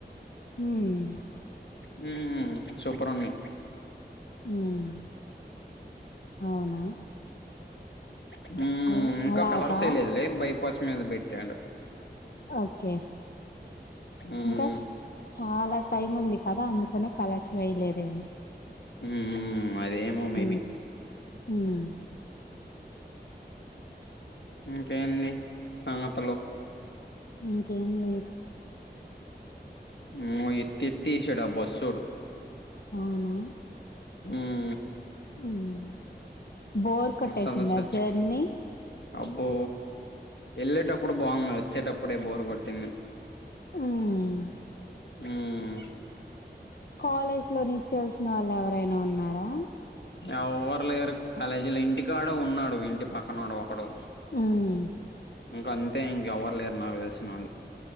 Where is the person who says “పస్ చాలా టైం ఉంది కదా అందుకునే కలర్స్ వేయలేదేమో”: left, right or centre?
Left